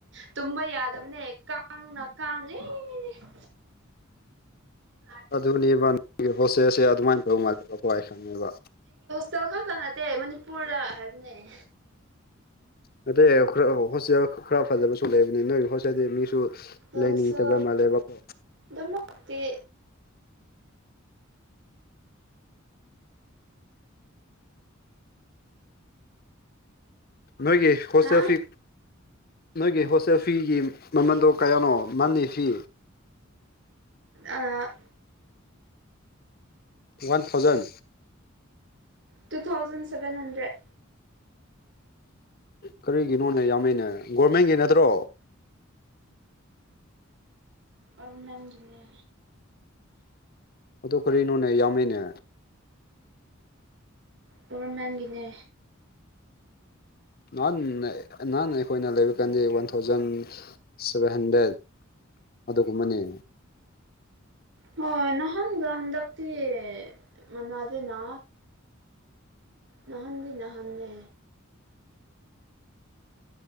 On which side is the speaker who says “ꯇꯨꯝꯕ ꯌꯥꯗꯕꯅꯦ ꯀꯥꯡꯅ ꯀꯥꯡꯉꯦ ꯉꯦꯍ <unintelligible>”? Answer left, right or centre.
Right